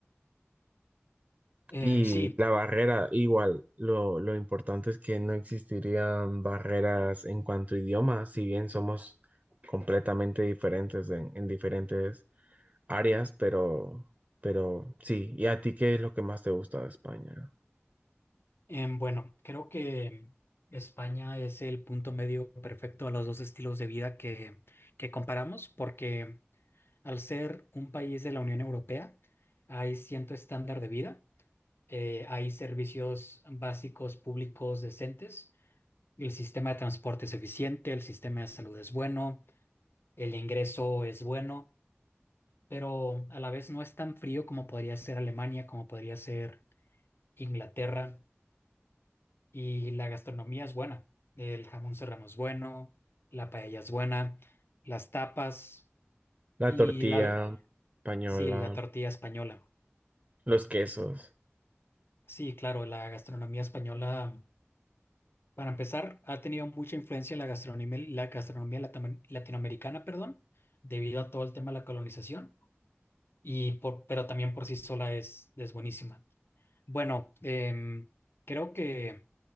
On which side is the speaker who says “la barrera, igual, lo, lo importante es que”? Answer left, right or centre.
Right